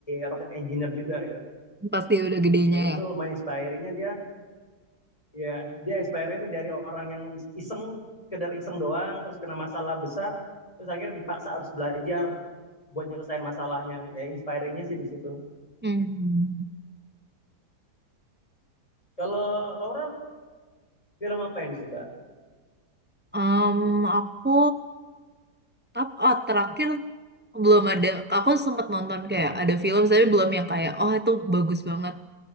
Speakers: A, on the left; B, on the right.
A: rocket engineer juga gitu
B: Pasti udah gedenya
A: jadi tuh
B: ya.
A: lumayan inspiringnya dia ya dia inspiring tuh dari orang yang iseng kedar iseng doang terus kena masalah besar terus akhirnya dipaksa harus belajar buat nyelesain masalahnya ya inspiringnya sih di situ
B: Hmm.
A: kalau Laura film apa yang disuka
B: um, aku ap- oh terakhir belum ada. Aku sempat nonton kayak ada film tapi belum yang kayak oh itu bagus banget.